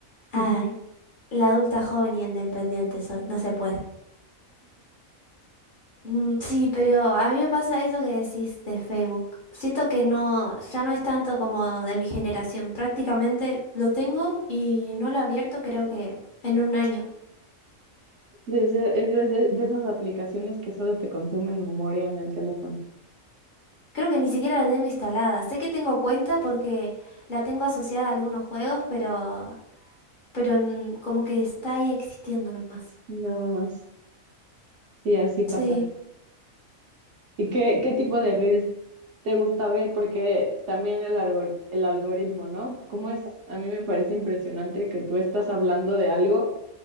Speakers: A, on the left; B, on the right.
A: Ay,
B: <laughs>
A: la adulta joven y independiente soy, no se puede. Mm, sí, pero a mí me pasa eso que decís de Facebook. Siento que no, ya no es tanto como de mi generación. Prácticamente lo tengo y no lo he abierto creo que en un año.
B: De ese- es de de- de esas aplicaciones que solo te consumen memoria en el teléfono.
A: Creo que ni siquiera la tengo instalada. Sé que tengo cuenta porque la tengo asociada a algunos juegos, pero, pero mm, como que está ahí existiendo nomás.
B: Nada más. Sí, así pasa.
A: Sí.
B: ¿Y qué, qué tipo de reels te gusta ver? Porque también el algor- el algoritmo, ¿no? ¿Cómo es? A mí me parece impresionante que tú estás hablando de algo